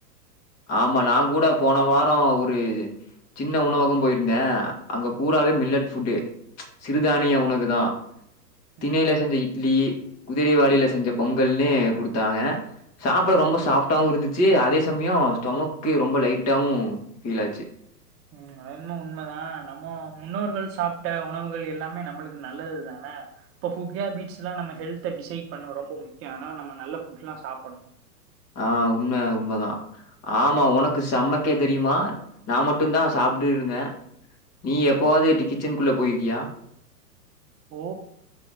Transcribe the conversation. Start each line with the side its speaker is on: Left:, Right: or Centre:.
Left: ஆமா நா கூட போன வாரோ ஒரு சின்ன உணவகம் போயிருந்தே அங்க பூராவே மில்லட் ஃபுட்டு சிறுதானிய உணவு தான் திணையிலெ
Right: ம்,
Left: செஞ்செ இட்லி குதிரைவாளிலெ
Right: ம்,
Left: செஞ்செ பொங்கல் னே கொடுத் த்தாங்க சாப்ட
Right: ம்.
Left: ரொம்பொ சாஃப்டாவுருந்துச்சு அதே சம்யோஸ் டொமக்கு ரொம்பொ லைட்டாவு ஃபீலாச்சு
Right: உம் அதன்மெ உண்மெதா நம்மோ முன்னோர்கள் சாப்ட்ட உணவுகள் எல்லாமே நம்முளுக்கு நல்லது தானே இப்பொ ஃபுட்க் கேபிட்ஸ்லா நம்ம ஹெல்தெ டிசைட் பண்ணு ரொம்பொ முக்கியு அனா நம்ம நல்ல புட்லா சாப்புன்ணு
Left: ஆஹ் உண்மெ உண்மெதா ஆமா உனக்கு சம்மெக்கே தெரியுமா நா மட்டு தா சாப்டு இருந்தே நீ எப்போவாது இப்டி கிச்சென்க்குள்ள போயிருகியா
Right: ஓ